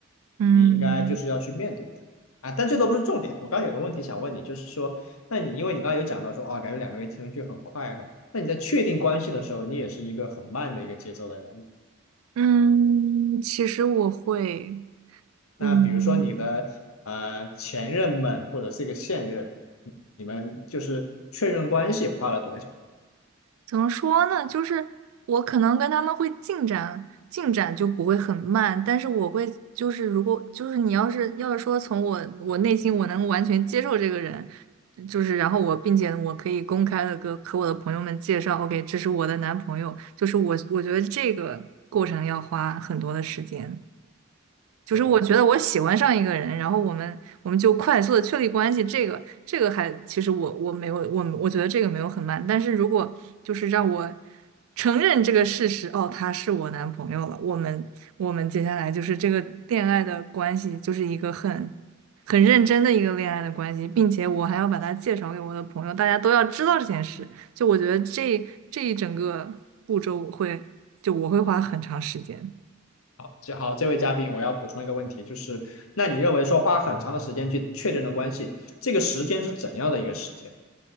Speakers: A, on the right (about 75°); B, on the left (about 80°).
A: 嗯
B: 你应该就是要去面对它啊。但这都不是重点。我刚刚有个问题想问你，就是说，那你因为你刚刚有讲到说，哦，感觉两个人听上去很快啊，干嘛？那你在确定关系的时候，你也是一个很慢的一个节奏的人。
A: 嗯，其实我会，
B: 那比如说你的呃前任们或者是一个现任，
A: 嗯。
B: 你们就是确认关系花了多久？
A: 怎么说呢？就是我可能跟他们会进展，进展就不会很慢，但是我会就是如果就是你要是要是说从我我内心我能完全接受这个人，就是然后我并且我可以公开的跟和我的朋友们介绍，OK，这是我的男朋友，就是我我觉得这个过程要花很多的时间。就是我觉得我喜欢上一个人，
B: 哦，
A: 然后我们我们就快速的确立关系，这个这个还其实我我没有我我觉得这个没有很慢，但是如果就是让我承认这个事实，哦，他是我男朋友了，我们我们接下来就是这个恋爱的关系就是一个很很认真的一个恋爱的关系，并且我还要把他介绍给我的朋友，大家都要知道这件事，就我觉得这这一整个步骤我会就我会花很长时间。
B: 这好，这位嘉宾，我要补充一个问题，就是那你认为说花很长的时间去确认的关系，这个时间是怎样的一个时间？